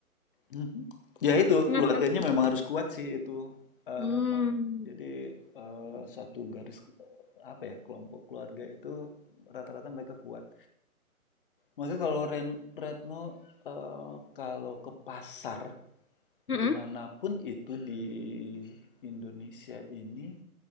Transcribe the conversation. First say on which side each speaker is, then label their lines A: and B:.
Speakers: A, on the left (about 35°); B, on the left (about 75°).
A: Mhm. Ya itu,
B: mengatasi.
A: keluarganya memang harus kuat sih itu, eee,
B: Hmm.
A: Retno. Jadi, eee, satu garis, eh, apa ya, kelompok keluarga itu rata-rata mereka kuat. Maka kalau Ren, Retno eh, kalau ke pasar
B: Heeh.
A: dimanapun itu di Indonesia ini